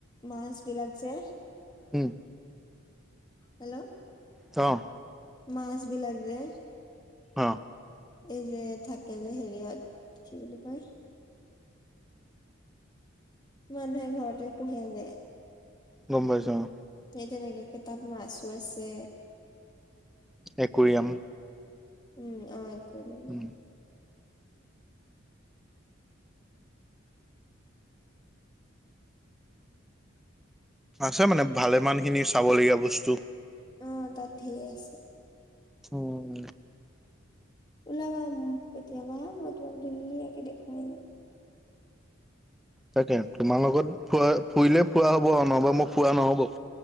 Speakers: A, on the left; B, in the centre.
A: মাছ বিলাক যে
B: উম,
A: হেল্ল',
B: অহ',
A: মাছ বিলাক যে
B: অহ',
A: এই যে থাকে যে হেৰিয়ত কি বুলি কয় মানুহে ঘৰতে পোহে যে
B: গম পাইছোঁ অ।
A: সেই তেনেকাকে তাত মাছো আছে।
B: একোৰিয়াম
A: উম অ এক দ-
B: উম, আছে মানে ভালেমান খিনি চাবলগীয়া বস্তু-
A: অ‍ঁ, তাত ধে‌ই আছে।
B: উম,
A: ওলাবা উম কেতিয়াবা মই তোমাক ধুনীয়াকে দেখুৱাই দিম।
B: তাকে তোমাৰ লগত ফুৱা ফুৰিলে ফুৱা হব নহবা মোক ফুৰা নহ'ব।